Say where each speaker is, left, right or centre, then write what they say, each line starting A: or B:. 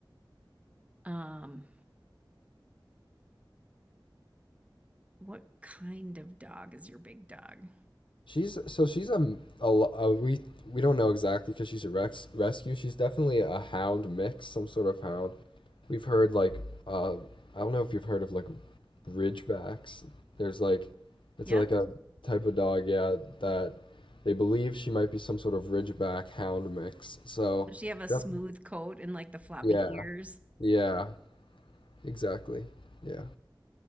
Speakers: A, on the right; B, on the left.
A: um, what kind of dog is your big dog?
B: She's so she's a a, lo- a we we don't know exactly because she's a rex rescue. She's definitely a hound mix, some sort of hound. We've heard like uh I don't know if you've heard of like Ridgebacks. There's like, it's
A: Yep.
B: like a type of dog, yeah, that they believe she might be some sort of Ridgeback hound mix. So,
A: Does she have a smooth
B: Yep.
A: coat and like the floppy
B: yeah,
A: ears?
B: yeah, exactly. Yeah.